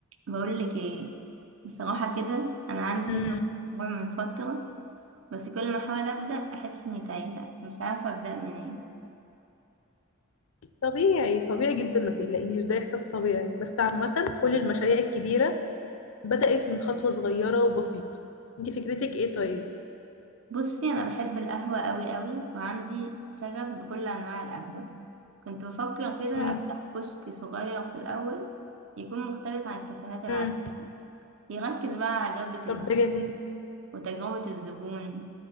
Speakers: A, on the right; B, on the left.
A: بقول لك ايه بصراحة كده انا عندي
B: مم.
A: فكرة مشروع من فترة بس كل ما احاول ابدا احس اني تايهة مش عارفة ابدا منين
B: طبيعي طبيعي جدا ما تقلقيش ده إحساس طبيعي بس عامة كل المشاريع الكبيرة بدأت من خطوة صغيرة وبسيطة انت فكرتك ايه طيب؟
A: بصي انا بحب القهوة قوي قوي وعندي شغف بكل انواع القهوة كنت بفكر كده
B: مم.
A: افتح كشك صغير في الاول يكون مختلف عن الكافيهات العادية
B: مم.
A: يركز بقى على جودة
B: طب
A: ال-
B: ده جميل
A: وتجربة الزبون